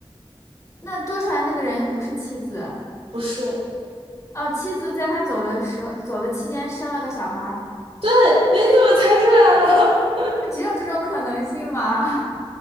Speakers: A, on the left; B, on the right.
A: 那多出来那个人又不是妻子，
B: 不是，
A: 哦，妻子在他走的时候，走的期间生了个小孩儿，
B: 对，哎你怎么猜出来了？<laughs>
A: 只有这种可能性嘛？<laughs>